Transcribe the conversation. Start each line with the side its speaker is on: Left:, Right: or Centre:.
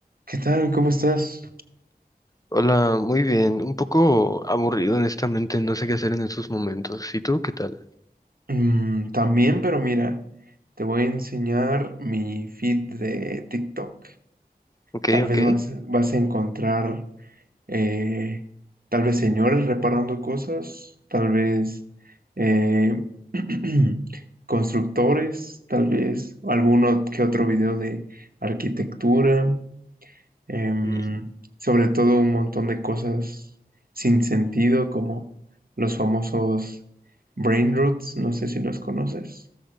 Right: ¿Qué tal? ¿Cómo estás?
Left: Hola, muy bien. Un poco aburrido, honestamente. No sé qué hacer en estos momentos. ¿Y tú qué tal?
Right: Mm, también, pero mira, te voy a enseñar mi feed de TikTok.
Left: Ok,
Right: Tal
Left: ok.
Right: vez vas, vas a encontrar, eh, tal vez señores reparando cosas, tal vez eh, <clears throat> constructores, tal vez alguno que otro video de arquitectura, em,
Left: Mm.
Right: sobre todo un montón de cosas sin sentido, como los famosos brain roots, no sé si los conoces.